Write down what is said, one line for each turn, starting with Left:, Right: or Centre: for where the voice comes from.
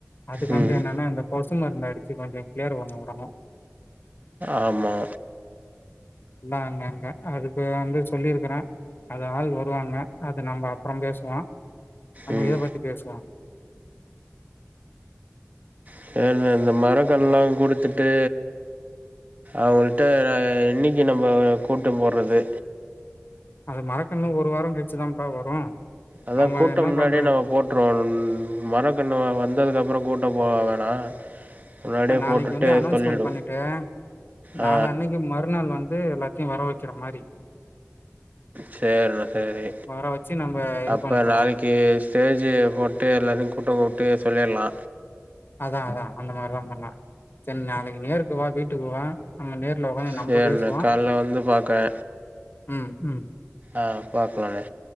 Left: அதுக்கு
Right: ம்
Left: வந்து என்னன்னா இந்த கொசு மருந்து அடிச்சு கொஞ்சோ கிளியர் பண்ணிவுடணு
Right: ஆம்மா
Left: எல்லா அங்க அங்க அதுக்கு வந்து சொல்லிருக்றே அது ஆள் வருவாங்க அத நம்ம அப்பறம் பேசுவோ நம்ம
Right: ம்
Left: இத பத்தி பேசுவோ
Right: <unintelligible> மரங்கன்லா குடுத்துட்டு அவள்ட்ட என்னைக்கு நம்ம கூட்டோ போறது
Left: அது மரக்கன்னு ஒரு வாரோ கழிச்சுதான்ப்பா வரு
Right: அதா
Left: நம்ம
Right: கூட்டம்
Left: என்ன
Right: முன்னாடியே
Left: பண்றோ
Right: நம்ம போ ட்றோனுன் மரக்கன்னு வந்ததுக்கு அப்றோ கூட்டம் போட வேணா முன்னாடியே
Left: ட்டா நாளைக்கு
Right: போட்டுட்டு
Left: வந்து அனௌன்ஸ்மென்ட்
Right: சொல்லிடு
Left: பண்ணிட்டு நாளானைக்கு
Right: ஆ
Left: மறுநாள் வந்து எல்லாத் க்கு வர வைக்கிற மாரி
Right: சேரிணா சேரி
Left: வர வச்சு நம்ம இது
Right: அப்ப
Left: பண்ருவோ
Right: நாளைக் இ ஸ்டேஜ்ஜி போட்டு எல்லாத்தையு கூட்டோ போட்டு சொல்லிர்லா
Left: அதா அதா அந்த மாதிரிதா பண்னே சர் நாளைக்கு நேருக்கு வா வீட்டுக்கு வா நம்ம நேர்ல் ஒக்காந்து
Right: சேரிண்ணே
Left: நம்ம பேசுவோ
Right: கால்ல வந்து பாக்குறே
Left: ம் ம்
Right: ஆ பாக்லான்ணே